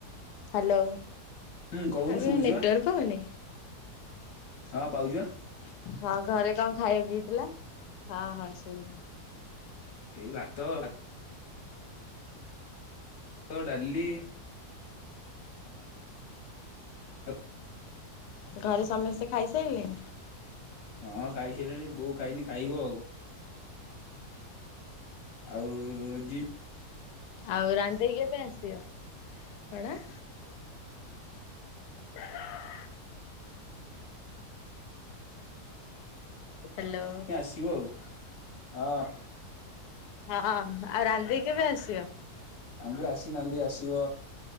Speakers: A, on the left; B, on the left.
A: ହାଲୋ,
B: ହୁଁ କହୁନୁ
A: ଆଜ୍ଞା
B: ଶୁଭୁଚି
A: ନେଟୱର୍କ
B: ବା
A: ପାଉନି?
B: ହଁ ପାଉଛି ପା ।
A: ହଁ ଘରେ କଣ ଖାଇବାକୁ ହେଇଥିଲା? ହଁ ହଁ ସୁବିଲା।
B: ଏଇ ଭାତ ତ ଭାତଡାଲି ହ <unintelligible>
A: ଘରେ ସମସ୍ତେ ଖାଇସାରିଲେଣି ।
B: ହଁ ଖାଇସାରିଲିଣି, ବୋଉ ଖାଇନି ଖାଇବ ଆଉ? ଆଉ ଯ
A: ଆଉ ରାନଦେଇ କେବେ ଆସିବ? କଣ? <unintelligible> ହ୍ୟାଲୋ
B: ଆସିବ ଆଉ, ହଁ
A: ହଁ, ଆଉ ରାନଦେଇ କେବେ ଆସିବ?
B: ନାନ୍ଦି ଆସିନାହାନ୍ତି ଆସିବ,